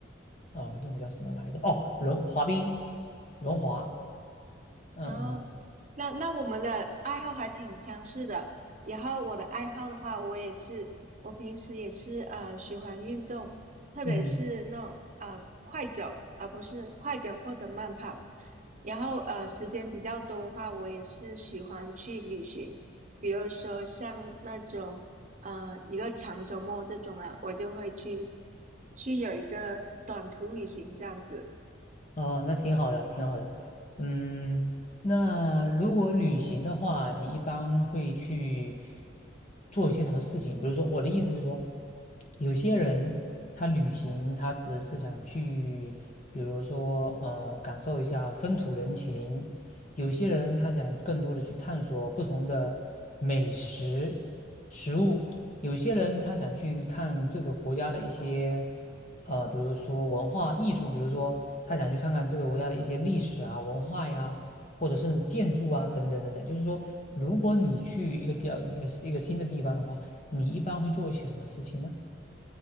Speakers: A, on the left; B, on the right.
A: 呃那个叫什么来着？哦，轮滑冰，轮滑。嗯
B: 然后那那我们的爱好还挺相似的。然后我的爱好的话，我也是，我平时也是呃喜欢运动，特别是那种呃快走，
A: 嗯，
B: 而不是快走或者慢跑。然后呃时间比较多的话，我也是喜欢去旅行，比如说像那种呃一个长周末这种啊，我就会去去有一个短途旅行这样子。
A: 哦，那挺好的，挺好的。嗯，那如果旅行的话，你一般会去做一些什么事情？比如说，我的意思就是说，有些人他旅行，他只是想去，比如说呃，感受一下风土人情。有些人他想更多的去探索不同的美食食物，有些人他想去看这个国家的一些呃，比如说文化艺术，比如说他想去看看这个国家的一些历史啊、文化呀，或者甚至建筑啊等等等等。就是说，如果你去一个地儿一个一个新的地方的话，你一般会做一些什么事情呢？